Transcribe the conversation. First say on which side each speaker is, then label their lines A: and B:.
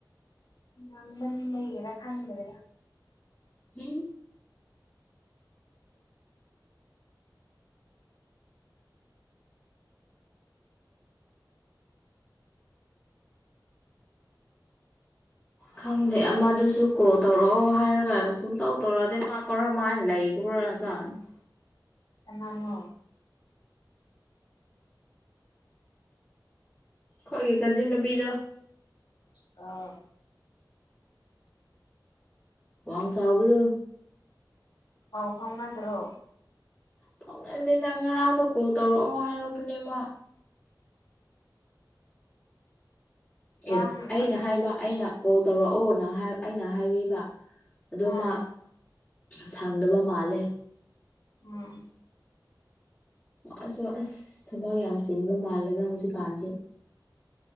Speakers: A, on the left (about 60°); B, on the left (about 20°).
A: ꯂꯥꯡꯃꯟ ꯕꯩꯒꯤꯔꯥ ꯈꯪꯗ꯭ꯔꯦꯗꯥ꯫
B: ꯏ꯫ ꯈꯪꯗꯦ ꯑꯃꯗꯨꯁꯨ ꯀꯣꯜ ꯇꯧꯔꯛꯑꯣ ꯍꯥꯏꯔꯒ ꯁꯨꯡꯇꯧ ꯇꯧꯔꯛꯇꯦ ꯃꯥ ꯀꯔꯝ ꯃꯥꯏꯅ ꯂꯩ꯫ <unintelligible>
A: ꯀꯅꯅꯣ
B: ꯈꯣꯏꯒꯤ ꯀꯥꯖꯤꯟ ꯅꯨꯄꯤꯗꯣ
A: ꯑꯣ
B: ꯋꯥꯡ ꯆꯥꯎꯕꯗꯣ
A: ꯄꯥꯎ ꯐꯥꯎꯅꯗ꯭ꯔꯣ
B: ꯐꯥꯎꯅꯗꯦ ꯅꯪ ꯉꯔꯥꯡꯗꯣ ꯀꯣꯜ ꯇꯧꯔꯛꯑꯣ ꯍꯥꯏꯔꯛꯄꯅꯦ ꯃꯥ
A: ꯌꯥꯝ
B: ꯑꯦ ꯑꯩꯅ
A: ꯑꯁ
B: ꯍꯥꯏꯕ ꯑꯩꯅ ꯀꯣꯜ ꯇꯧꯔꯛꯑꯣꯅ ꯍꯥꯢ ꯑꯩꯅ ꯍꯥꯏꯕꯤꯕ ꯑꯗꯨꯝ
A: ꯑꯥ
B: ꯃꯥ ꯁꯪꯗꯕ ꯃꯥꯜꯂꯦ
A: ꯎꯝ
B: ꯑꯁ ꯋꯥ ꯑꯁ ꯊꯕꯛ ꯌꯥꯝ ꯆꯤꯟꯕ ꯃꯥꯜꯂꯦꯗ ꯍꯧꯖꯤꯛꯀꯥꯟꯁꯦ